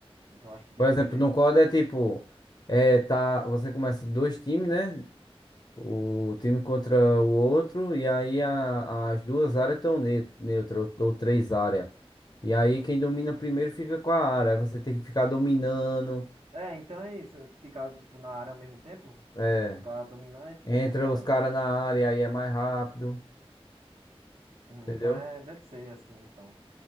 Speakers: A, on the right; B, on the left.
A: Então acho que deve
B: Por exemplo,
A: ser.
B: no COD é tipo... É, tá, você começa dois times, né? O time contra o outro, e aí a- as duas áreas estão ne neutras, ou, ou três áreas. E aí quem domina primeiro fica com a área. Aí você tem que ficar dominando.
A: É, então é isso. Ficar, tipo, na área ao mesmo tempo.
B: É,
A: Tipo, ficar dominar e ficar
B: entra
A: só com
B: os
A: ela.
B: caras na área, aí é mais rápido,
A: Hum,
B: entendeu?
A: então é, deve ser assim, então.